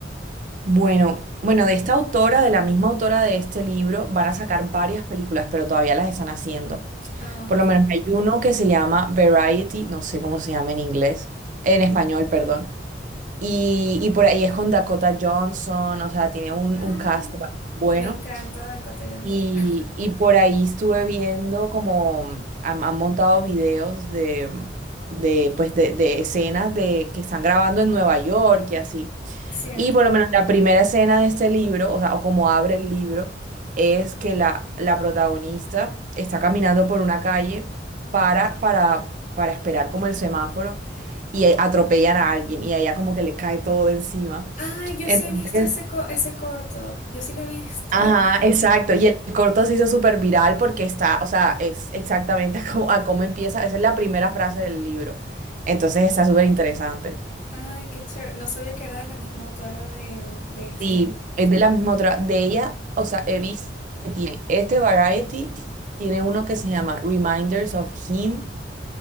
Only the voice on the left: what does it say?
Ah,
ok.
Ay,
me encanta Dakota Johnson.
<laughs>
Cierto.
Ay, yo
sí he visto ese, co- ese corto. Yo sí lo he visto.
Ay, qué chévere. No sabía que era de la misma autora de, mm, de este.